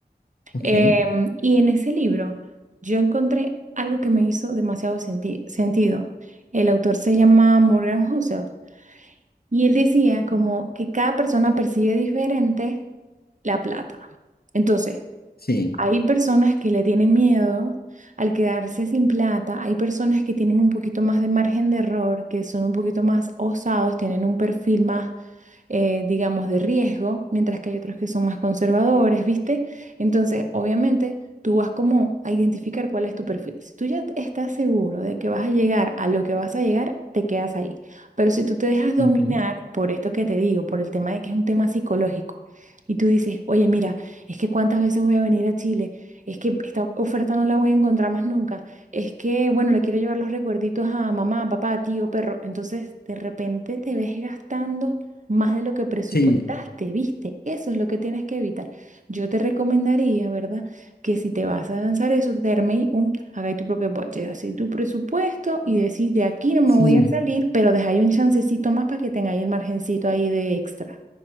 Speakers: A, on the left; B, on the right.
A: ok,
B: Em, y en ese libro yo encontré algo que me hizo demasiado senti- sentido. El autor se llama Morgan Housel y él decía como que cada persona percibe diferente la plata. Entonces,
A: sí,
B: hay personas que le tienen miedo al quedarse sin plata, hay personas que tienen un poquito más de margen de error, que son un poquito más osados, tienen un perfil más eh, digamos, de riesgo, mientras que hay otros que son más conservadores, ¿viste? Entonces, obviamente, tú vas como a identificar cuál es tu perfil. Si tú ya estás seguro de que vas a llegar a lo que vas a llegar, te quedas ahí. Pero si tú te dejas dominar
A: ujú,
B: por esto que te digo, por el tema de que es un tema psicológico, y tú dices, oye, mira, es que cuántas veces voy a venir a Chile, es que esta oferta no la voy a encontrar más nunca, es que, bueno, le quiero llevar los recuerditos a mamá, papá, tío, perro, entonces de repente te ves gastando más de lo que presupuestaste,
A: sí,
B: ¿viste? Eso es lo que tienes que evitar. Yo te recomendaría, ¿verdad? Que si te vas a lanzar eso, te arméis un, hagáis tu propio budget, hacéis tu presupuesto y decís, de aquí no me
A: sí.
B: voy a salir, pero dejáis un chancecito más para que tengáis el margencito ahí de extra,